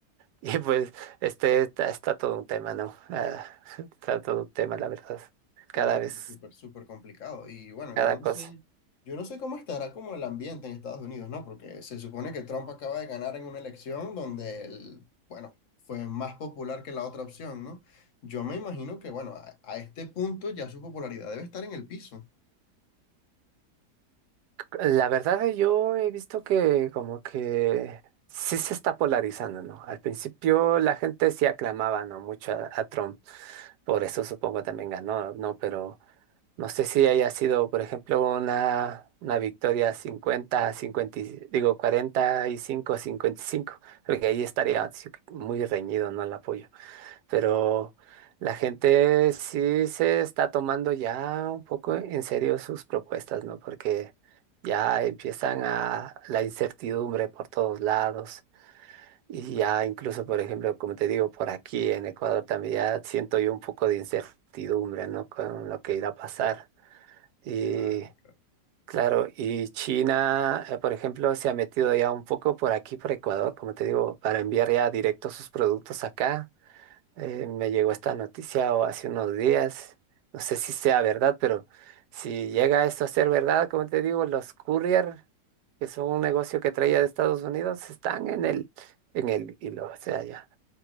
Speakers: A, on the right; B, on the left.
A: Y, y, pues este está, está todo un tema, ¿no? Ah, <laughs> está todo un tema, la verdad. Cada
B: Sí, sí,
A: vez,
B: súper, súper complicado. Y bueno,
A: cada
B: yo no
A: cosa.
B: sé, yo no sé cómo estará como el ambiente en Estados Unidos, ¿no? Porque se supone que Trump acaba de ganar en una elección donde él, bueno, fue más popular que la otra opción, ¿no? Yo me imagino que, bueno, a, a este punto ya su popularidad debe estar en el piso.
A: La verdad, eh, yo he visto que como que sí se está polarizando, ¿no? Al principio la gente sí aclamaba, ¿no? Mucho a, a Trump. Por eso supongo también ganó, ¿no? Pero No sé si haya sido, por ejemplo, una, una victoria 50, 50, y- digo 45 a cincuenta y cinco, porque ahí estaría sí que muy reñido, ¿no? El apoyo. Pero la gente sí se está tomando ya un poco en serio sus propuestas, ¿no? Porque ya empiezan a la incertidumbre por todos lados. Y ya incluso, por ejemplo, como te digo, por aquí en Ecuador también ya siento yo un poco de incertidumbre, ¿no? Con lo que irá a pasar. Y
B: Claro, claro.
A: claro, y China, eh, por ejemplo, se ha metido ya un poco por aquí, por Ecuador, como te digo, para enviar ya directo sus productos acá. Eh, me llegó esta noticia o hace unos días, no sé si sea verdad, pero si llega esto a ser verdad, como te digo, los courier, que son un negocio que traía de Estados Unidos, están en el, en el hilo, o sea, ya.